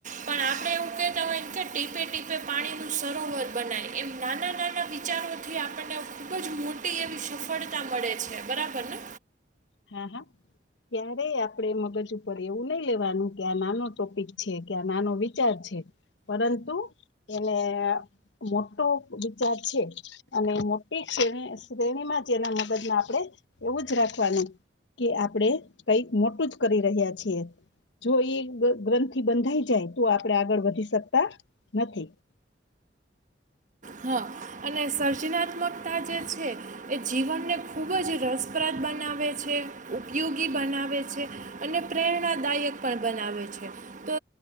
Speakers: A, on the right; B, on the left.
A: પણ આપણે એવું કતા હોય કે ટીપે ટીપે પાણીનું સરોવર બનાય એમ નાના નાના વિચારોથી આપણને ખૂબ જ મોટી એવી સફળતા મળે છે. બરાબર ને.
B: હા. હા. ક્યારે આપણે મગજ ઉપર એવું નહી લેવાનું કે આ નાનો ટોપિક છે કે આ નાનો વિચાર છે. પરંતુ એને મોટો વિચાર છે અને મોટી <unintelligible> શ્રેણીમાં જેના મગજમાં આપડે એવું જ રાખવાનું આપડણે કઈક મોટું જ કરી રહ્યા છીએ. જો એ ગ્રંથથી બંધાઈ જાય તો આપણેે આગળ વધી શકતા નથી. <inaudible>
A: હા. અને સર્જનાત્મકતા જે છે એ જીવનને ખૂબ જ રસપ્રદ બનાવે. છે. ઉપયોગી બનાવે છે. અને પ્રેરણાદાયક પણ બનાવે છે. તો